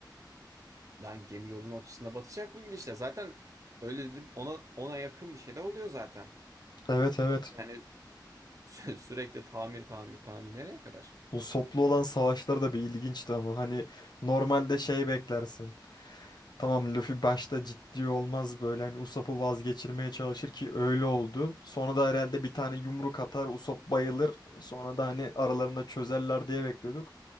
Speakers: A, on the right; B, on the left.
A: Lan gemi yolun ortasında batacak bu gidişle. Zaten öyle dedim ona ona yakın bir şey de oluyor zaten.
B: Evet evet.
A: Yani <laughs> sü- sürekli tamir tamir tamir nereye kadar?
B: Bu soplu olan savaşlar da bir ilginçti ama hani normalde şey beklersin. Tamam Luffy başta ciddi olmaz böyle hani Usopp'u vazgeçirmeye çalışır ki öyle oldu. Sonra da herhalde bir tane yumruk atar Usopp bayılır. Sonra da hani aralarında çözerler diye bekliyorduk.